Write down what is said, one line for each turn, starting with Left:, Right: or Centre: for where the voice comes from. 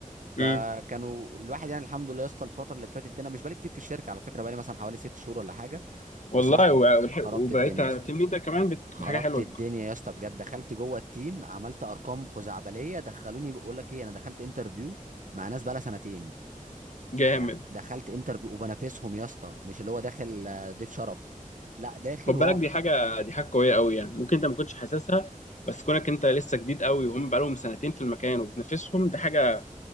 Right: فكانوا
Left: امم
Right: الواحد يعني الحمد لله يا اسطى الفتره اللي فاتت دي انا مش بقالي كتير في الشركه على فكره بقالي مثلا حوالي ست شهور ولا حاجه
Left: والله
Right: بس رحت
Left: و- والح-
Right: خربت
Left: وبقيت
Right: الدنيا يا اسطى
Left: تيم ليدر كمان بت-
Right: خربت
Left: دي حاجه حلوه
Right: الدنيا
Left: دي
Right: يا اسطى بجد دخلت جوه التيم عملت ارقام خزعبليه دخلوني بقول لك ايه انا دخلت انترفيو مع ناس بقالها سنتين
Left: جامد
Right: يعني دخلت انترفيو وبنافسهم يا اسطى مش اللي هو داخل آه، ضيف شرف لا داخل
Left: خد بالك
Right: وهو
Left: دي حاجه دي حاجه قويه قوي يعني ممكن انت ما كنتش حاسسها بس كونك انت لسه جديد قوي وهم بقالهم سنتين في المكان وبتنافسهم ده حاجه